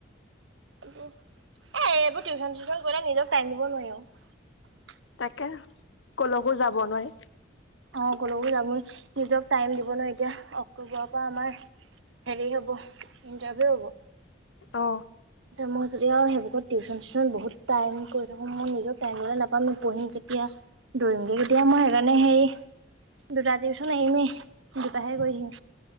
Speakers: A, on the right (about 80°); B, on the left (about 80°).
A: এ, এইবোৰ টিউচন চিউচন গলে নিজক টাইম দিব নোৱাৰি আৰু।
B: তাকে, কলৈকো যাব নোৱাৰি।
A: অহ, কলৈবো যাব নিজক টাইম দিব নোৱাৰি এতিয়া, অক্টোবৰৰ পৰা আমাৰ হেৰি হব, ইণ্টাৰভিউ হব।
B: অ
A: মই যদিও, সেইবুকত টিউচন চিউচন বহুত টাইম কৰি থাকোঁ মই নিজৰ টাইমলৈ নাপাম পঢ়িম কেতিয়া দৌৰিমগে এতিয়া মই সেইকাণে, হেৰি। দুটা টিউচন এৰিমেই, দুটাহে কৰিম।